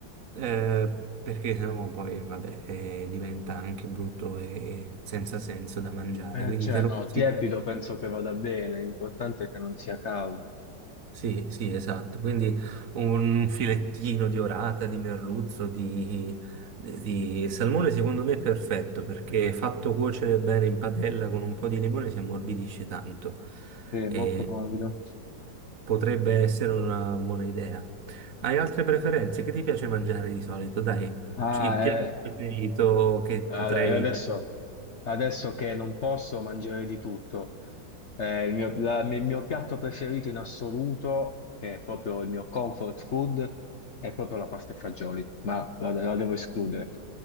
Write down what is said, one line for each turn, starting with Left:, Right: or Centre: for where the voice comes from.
Right: eh, perché sennò poi vabbè, eh, diventa anche brutto e senza senso da mangiare,
Left: Eh,
Right: quindi
Left: cioè,
Right: te lo
Left: no,
Right: consiglio.
Left: tiepido penso che vada bene, l'importante è che non sia caldo.
Right: Sì, sì, esatto. Quindi un filettino di orata, di merluzzo, di, di salmone, secondo me è perfetto perché fatto cuocere bene in padella con un po' di limone si ammorbidisce tanto
Left: Sì,
Right: e
Left: molto morbido.
Right: potrebbe essere una buona idea. Hai altre preferenze? Che ti piace mangiare di solito? Dai,
Left: Ah,
Right: il piatto
Left: eh,
Right: preferito che
Left: allora,
Right: potrei...
Left: io adesso, adesso che non posso mangiare di tutto, Eh, il mio, la- il mio piatto preferito in assoluto, che è proprio il mio comfort food, è proprio la pasta e fagioli, ma la, la devo escludere.